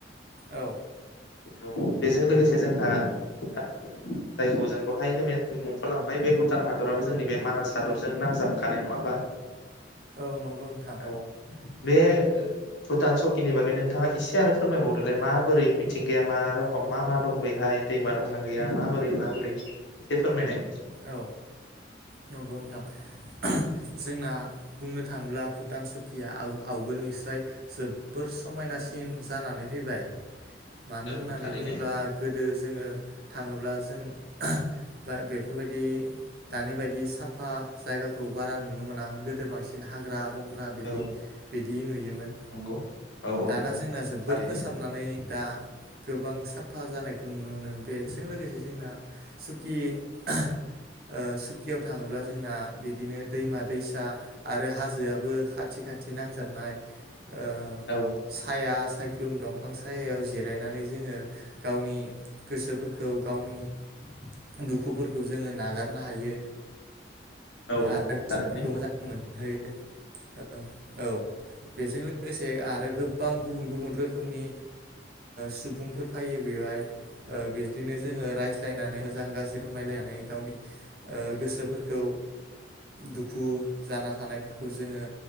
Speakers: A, on the right; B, on the left.
A: औ।
B: औ बेजों लोगोसे जोंहा भुटान हादोर जायखौ जों दहायनो मुंख लांबाय बे भुटान हादराबो जोंनि बे मानास हादरजों नांजाबखानाय नङा होमबा।
A: औ नंगौ नोंथां।
B: औ बे भुटान सकिनि बागै नोंथाङा इसे आरो फोरमायबावदोलाय माबोरै मिथ थिंगाया मा रखम मा मा दं बैहाय दैमा दंना गैया माबोरै माबोरै एसे फोरमायनाय
A: औ नोंगौ नोंथां। जोंना बुंनो थांब्ला भुटान सुकिया आव-आवगोलनिस्राय जोबबोर समायनासिन जानानै फैबाय। मानो
B: औ
A: होननानै
B: थारैनो
A: बुङोब्ला गोद गोदो जोङो थाङोब्ला जों फा बे बेफोरबायदि दानि बायदि साफा जायगाखौ बारा नुनो मोनामोन गोदो बांसिन हाग्रा बं फ्रा बिदि
B: औ
A: बिदि नुयोमोन
B: नंगौ औ औ
A: दाना
B: औ
A: जोंना जोबबोद
B: थारैनो
A: फोसाबनानै दा गोबां साफ साफा जानायखौ नुनो मोनो बेजों लोगोसे जोंना सुकि सुकियाव थाङोब्ला जोंना बिदिनो दैमा दैसा आरो हाजोआबो खाथि खाथ थि नांजाबनाय ओ
B: औ
A: साया सा सायख्लुम दंफां सायायाव जिरायनानै जोङो गावनि गोसोफोरखौ गावनि दुखु दुखुफोरखौ जोङो नागारनो हायो।
B: औ
A: आरो गोसोफोरखौ
B: थारैनो
A: मोजांमोनो। है औ औ। बेजों लोगोसे आरो गोबां गुबुन गुबुन रोखोमनि सुबुंफोर फायो बेवहाय बिदिनो जोङो रायज्लायनानै मोजां गाज्रि फोरमायलायनानै गावनि ओ गोसोफोरखौ दुखु जाना थानायफोरखौ जोङो